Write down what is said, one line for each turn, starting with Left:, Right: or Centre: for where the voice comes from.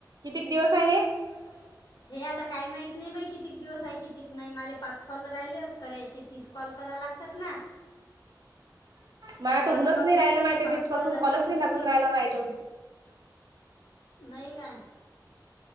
Right: कितीक दिवस आहे
Left: किती दिव सा रायलय हे आता काही माहित नाही बाई कितीक दिवस आहे कितीक नाही मले पाच कॉल राहिले करायचे तीस कॉल करा लागतात ना
Right: मग आता
Left: पाच
Right: हूनच
Left: कॉल
Right: नाही
Left: राहिले
Right: राहिला माहि ते
Left: पाच
Right: दिवस
Left: कॉल
Right: पासून
Left: झाले
Right: कॉलच
Left: की
Right: नाही
Left: दुसरं
Right: लागून राहाला मा याच्या
Left: नाही काय